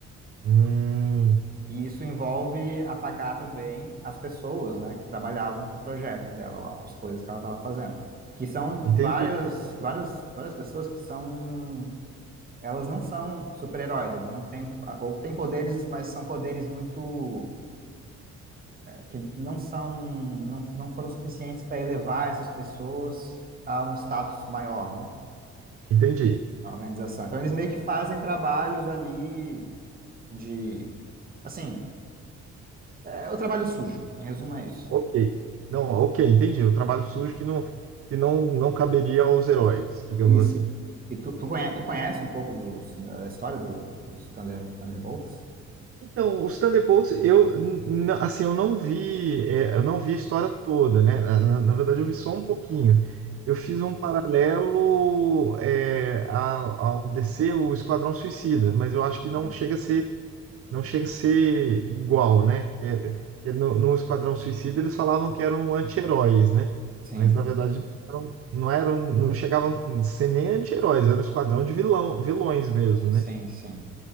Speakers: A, on the right; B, on the right.
A: Hum,
B: E isso envolve apagar também as pessoas, né, que trabalhavam para o projeto dela lá, para as coisas que ela estava fazendo. Que são
A: entendi.
B: várias, várias, várias pessoas que são elas não são super-heróis, eles não têm, ou têm poderes, mas são poderes muito que não são, não, não foram suficientes para elevar essas pessoas a um status maior, né?
A: Entendi.
B: A organização. Então eles meio que fazem trabalhos ali de, assim, é o trabalho sujo. Em resumo é isso.
A: Ok. Não, ok, entendi. O trabalho sujo que não, que não, não caberia aos heróis, digamos
B: Isso.
A: assim.
B: E tu, tu, conhece, tu conhece um pouco dos, da história do, dos Thunder, Thunderbolts?
A: Então, os Thunderbolts, eu n- n- assim, eu não vi, é, eu não vi a história toda, né? Na, na- na verdade, eu vi só um pouquinho. Eu fiz um paralelo é, ao, ao DC, o Esquadrão Suicida, mas eu acho que
B: Uhum.
A: não chega a ser, não chega a ser igual, né? Que, é- que é no, no Esquadrão Suicida eles falavam que eram anti-heróis, né?
B: Sim,
A: Mas na verdade não eram, não eram, não chegavam a ser nem anti-heróis, era um esquadrão de vilão, vilões mesmo,
B: sim,
A: né?
B: sim.